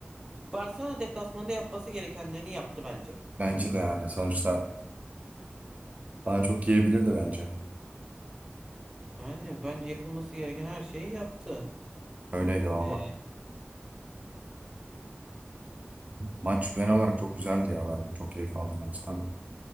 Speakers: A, on the right; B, on the right.
A: Barcelona deplasmanda yapması gerekenlerini yaptı bence.
B: Bence de yani sonuçta daha çok yiyebilirdi bence.
A: Yani bence yapılması gereken her şeyi yaptı.
B: Öyleydi vallahi.
A: Ee,
B: Maç genel olarak çok güzeldi ya. Ben çok keyif aldım maçtan.